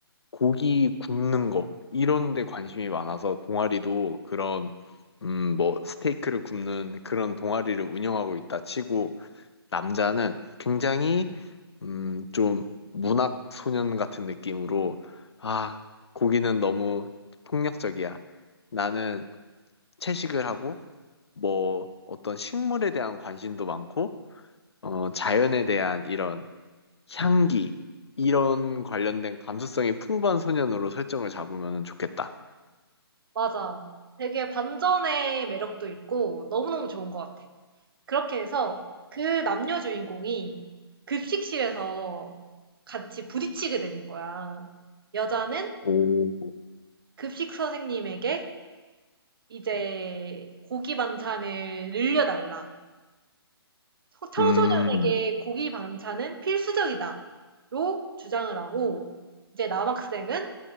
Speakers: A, on the left; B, on the right.
A: 고기 굽는 거 이런 데 관심이 많아서 동아리도 그런 음 뭐 스테이크를 굽는 그런 동아리를 운영하고 있다 치고 남자는 굉장히 음 좀 문학 소년 같은 느낌으로 아 고기는 너무 폭력적이야. 나는 채식을 하고 뭐 어떤 식물에 대한 관심도 많고 어 자연에 대한 이런 향기 이런 관련된 감수성이 풍부한 소년으로 설정을 잡으면 좋겠다.
B: 맞아. 되게 반전의 매력도 있고 너무너무 좋은 것 같아. 그렇게 해서 그 남녀 주인공이 급식실에서 같이 부딪히게 되는 거야. 여자는
A: 오,
B: 급식 선생님에게 이제 고기 반찬을 늘려달라. 청- 청소년에게
A: 음,
B: 고기 반찬은 필수적이다로 주장을 하고 이제 남학생은